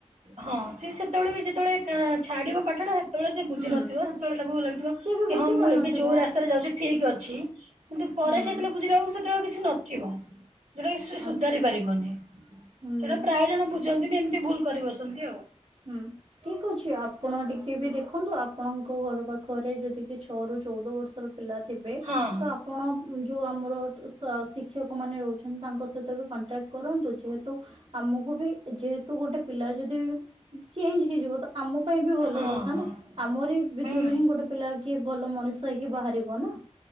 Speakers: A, on the right; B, on the right.
A: ହଁ ସି ସେତେବେଳେ ବି ଯେତେବେଳେ ଛାଡିବ ପାଠଟା ସେତେବେଳେ ସେ ବୁଝି
B: ହୁଁ
A: ନଥିବ ସେତେବେଳେ ତାକୁ ଲାଗଥିବ
B: ସେ ବି
A: କି
B: ବୁଝି
A: ହଁ ମୁଁ
B: ପାରୁନଥିବ
A: ଏବେ ଯୋଉ ରାସ୍ତାରେ ଯାଉଚି ଠିକ ଅଛି କିନ୍ତୁ ପରେ
B: ହୁଁ
A: ସେତେବେଳେ ବୁଝିଲକୁ ସେତେବେ ଆ କିଛି ନଥିବ। ଯୋଉଟା କି ସେ ସୁଧାରି
B: ଆଛା
A: ପାରିବନି
B: ହୁଁ।
A: ସେଇଟା ପ୍ରାୟ ଜଣ ବୁଝନ୍ତିନି ଏମିତି ଭୁଲ କରି ବସନ୍ତି ଆଉ।
B: ହୁଁ ଠିକ ଅଛି ଆପଣ ଟିକେ କେ ବି ଦେଖନ୍ତୁ ଆପଣଙ୍କ ଘର ପାଖରେ ଯଦି କି ଛଅ ରୁ ଚଉଦ ବର୍ଷର ପିଲା ଥିବେ
A: ହଁ
B: ତ ଆ ପଣ ଯେଉଁ ଆମର ଶିକ୍ଷକମାନେ ରହୁଛନ୍ତି ତାଙ୍କ ସହିତ ବି କଣ୍ଟାକ୍ଟ କରନ୍ତୁ। ଯେହେତୁ ଆମକୁ ବି ଯେହେତୁ ଗୋଟେ ପିଲା ଯଦି ଚେଞ୍ଜ ହେଇଯିବ ତ ଆମ ପାଇଁ ବି ଭଲ
A: ହଁ
B: କଥା
A: ହଁ
B: ନା। ଆମରି ଭିତରୁ
A: ହୁଁ
B: ହିଁ ଗୋଟେ ପିଲା କିଏ ଭଲ ମଣିଷ ହେଇକି ବାହାରିବ ନା।